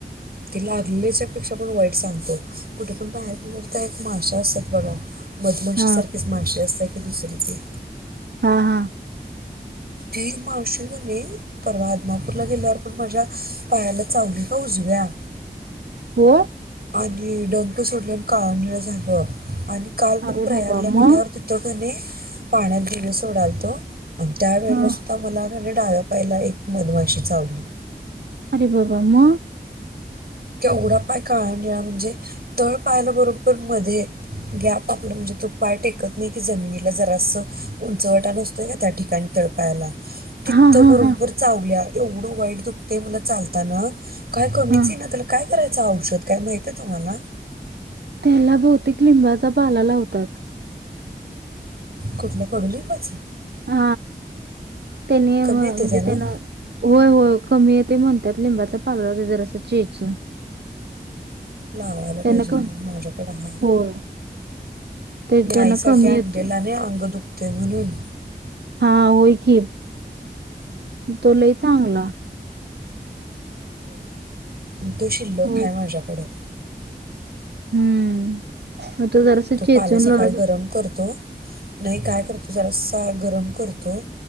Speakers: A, on the right (about 65°); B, on the right (about 80°).
A: तेी लागल्याच्या पेक्षा पण वाईट सांगतो कुठे पण बाहेर गे तर एक माशा असतात बघा मधमाशीसारखेच
B: हा
A: मासे असते आहे की दुसरी ते
B: हा हा
A: त माशी नाही परवा आदमापूरला गेल्यावर पण माझ्या पायाला चचावली का उजव्या ह
B: हो
A: आणि डंग सोडलेन काळणीळ झालं आणि काल पण
B: अरे
A: प्रयागला
B: बाबा
A: गेल्यावर
B: मग
A: तिथं घणी पाण्यात जिले सोडालतो आणि त्यावेेळेला
B: हा
A: सुद्धा मला डाव्या पायला एक मधमाशी चावली
B: अरे बाबाम
A: एडा पाय म्हणजे तळ पायल्या बरोबर मध्ये गॅप आपला म्हणजे तो पा टेकत नाही की जमिनीला जरास उंचवटा नसतोय का त्या ठिकाणी तडपायला कित्त
B: हा हा
A: बरोबर
B: हा
A: चावल्या एवढं वाईट दुखतेय मला चालताना काय कमीच
B: हा
A: आहे ना तर काय करायचं औषध काय माहित आहे तुम्हाला
B: त्याला भौतिक लिंबाचा पाला लावतात
A: कुठला कडू लिंबाच
B: हा त्यांनी
A: कमी
B: म्हणजे
A: येते त्यानं
B: त्यांना होय हो कमी येत ते म्हणतात लिंबाचा पालर ते जर असं चेचून
A: लावायला पाहिजे
B: त्यान क
A: म्हणून माझ्याकडे आहेा
B: होय ते
A: नईसाठी
B: त्यांना कमी
A: आणडेलाने
B: येतोय
A: अंग दुखते म्हणून
B: हा होय की तोलाय चांगला
A: तो शिल्लक
B: होय
A: काय माझ्याकडं
B: हम्म मग तो जरास चेचवून
A: पाला सकाळी
B: लढत
A: गरम
B: हो,
A: करतो नाही काय करतू जरा सांग. गरम करतो